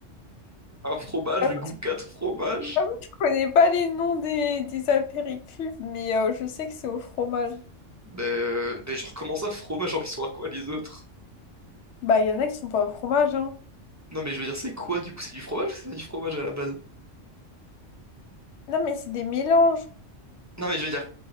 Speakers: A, on the right; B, on the left.
A: Un fromage
B: J'avoue,
A: de goût 4 fromages?
B: j'avoue, je connais pas les noms des, des apéricubes, mais euh, je sais que c'est au fromage.
A: Ben, euh, ben genre, comment ça, fromage? Genre, ils sont à quoi les autres?
B: Bah, il y en a qui sont pas au fromage, hein.
A: Non, mais je veux dire, c'est quoi du coup? C'est du fromage ou c'est pas du fromage à la base?
B: Non, mais c'est des mélanges.
A: Non, mais je veux dire,